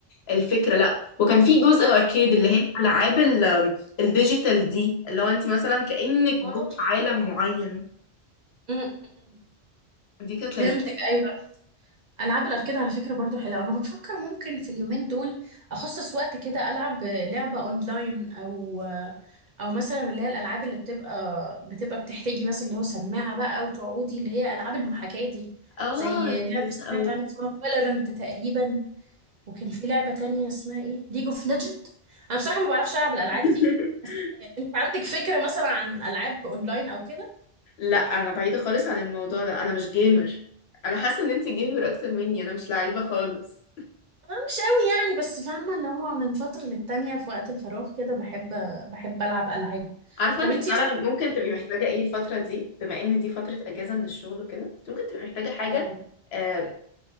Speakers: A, on the left; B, on the right.
A: الفكرة لا وكان في جزء أركيد اللي هي الألعاب ال- الديجيتال دي اللي هو أنت مثلا كأنك
B: اه
A: جوه عالم معين
B: م- م- م.
A: دي كانت
B: فهمتك
A: لذيذة
B: ايوه العاب الاركيد على فكره برضو حلوه انا بفكر ممكن في اليومين دول اخصص وقت كده العب لعبه اونلاين او او مثلا اللي هي الالعاب اللي بتبقى بتبقى بتحتاجي مثلا اللي هو سماعه بقى وتقعدي اللي هي العاب المحاكاه دي
A: اه
B: زي
A: دي
B: لعبه
A: لذيذة
B: سمعت
A: قوي
B: عنها اسمها فالورنت تقريبا وكان في لعبه تانية اسمها ايه ليج اوف ليجند انا بصراحه ما بعرفش العب الالعاب
A: <laughs>
B: دي انت عندك فكره مثلا عن العاب اونلاين او كده
A: لا انا بعيده خالص عن الموضوع ده انا مش جيمر انا حاسه ان انت جيمر اكتر مني انا مش لعيبه خالص
B: آه، مش قوي يعني بس فاهمة اللي هو من فترة للتانية في وقت الفراغ كده بحب بحب ألعب ألعاب
A: عارفه
B: طب
A: انت
B: انتي
A: فعلا
B: مثلا
A: ممكن تبقي محتاجه ايه الفتره دي بما ان دي فتره اجازه من الشغل وكده انت ممكن تبقي محتاجه حاجه
B: اه
A: آه